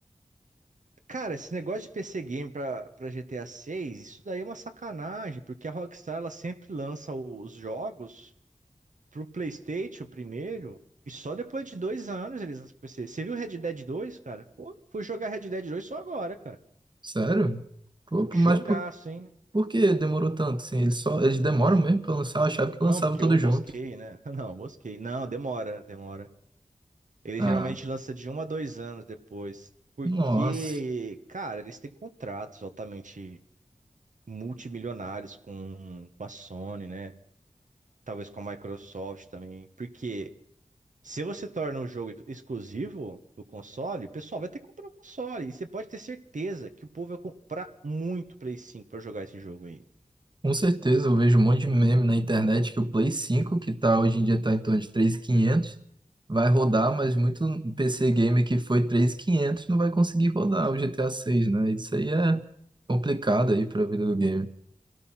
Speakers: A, on the right; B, on the right.
A: Cara, esse negócio de PC Game pra, pra GTA 6, isso daí é uma sacanagem, porque a Rockstar ela sempre lança o- os jogos pro PlayStation primeiro, e só depois de dois anos eles lançam pro PC. Você viu Red Dead 2, cara? Pô, fui jogar Red Dead 2 só agora, cara.
B: Sério? Pô,
A: Jogaço,
B: mas por
A: hein?
B: Por que demorou tanto? Assim, eles só, eles demoram mesmo pra lançar, eu achava que
A: Não,
B: lançava
A: porque
B: tudo
A: eu
B: junto.
A: mosquei, né? <laughs> Não, eu mosquei. Não, demora, demora. Ele
B: Ah,
A: geralmente lança de um a dois anos depois. Porque,
B: nossa.
A: cara, eles têm contratos altamente multimilionários com, com a Sony, né? Talvez com a Microsoft também. Porque se você torna um jogo exclusivo do console, o pessoal vai ter que comprar o console. E você pode ter certeza que o povo vai comprar muito Play 5 pra jogar esse jogo aí.
B: Com certeza, eu vejo um monte de meme na internet que o Play 5, que tá, hoje em dia tá em torno de 3.500, vai rodar, mas muito PC game que foi 3.500 não vai conseguir rodar o GTA 6, né? Isso aí é complicado aí pra vida do game,